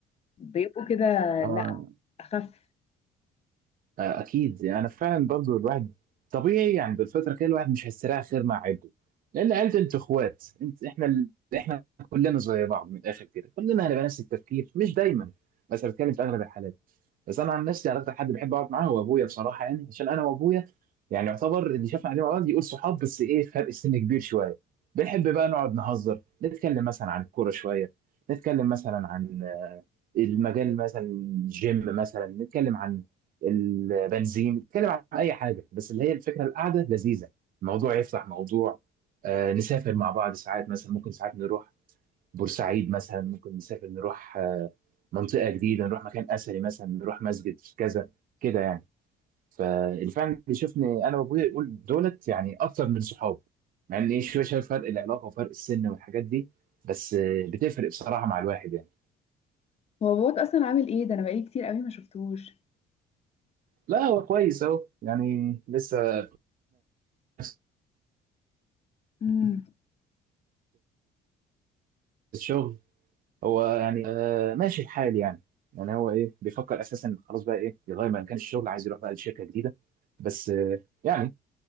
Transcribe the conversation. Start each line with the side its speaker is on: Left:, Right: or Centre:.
Left: بيبقوا كده
Right: امم
Left: لا أخف
Right: آه، اكيد يعني فعلا برضو الواحد طبيعي يعني بالفتره كده الواحد مش هيستريح غير مع عيلته لان عيلته انت اخوات انت احنا ال... احنا كلنا زي بعض من الاخر كده كلنا هنبقى نفس التفكير مش دايما بس بتكلم في اغلب الحالات بس انا عن نفسي عرفت حد بحب اقعد معاه هو ابويا بصراحه يعني عشان انا وابويا يعني يعتبر اللي شافنا قاعدين مع بعض يقول صحاب بس ايه فرق سن كبير شويه بنحب بقى نقعد نهزر نتكلم مثلا عن الكوره شويه نتكلم مثلا عن آه، المجال مثلا الجيم مثلا نتكلم عن البنزين نتكلم عن اي حاجه بس اللي هي الفكره القعده لذيذه الموضوع يفتح موضوع آه، نسافر مع بعض ساعات مثلا ممكن ساعات نروح بورسعيد مثلا ممكن نسافر نروح آه، منطقه جديده نروح مكان اثري مثلا نروح مسجد في كذا كده يعني فاللي فعلا بيشوفني انا وابويا يقول دولت يعني اكتر من صحاب مع ان ايه شويه شايف فرق العلاقه وفرق السن والحاجات دي بس آه، بتفرق بصراحه مع الواحد يعني
Left: هو باباك أصلا عامل ايه ده أنا بقالي كتير قوي ما شفتوش
Right: لا هو كويس اهو يعني لسه نفس
Left: مم.
Right: الشغل هو يعني آه ماشي الحال يعني يعني هو ايه بيفكر اساسا خلاص بقى ايه يغير مكان الشغل عايز يروح بقى لشركه جديده بس آه يعني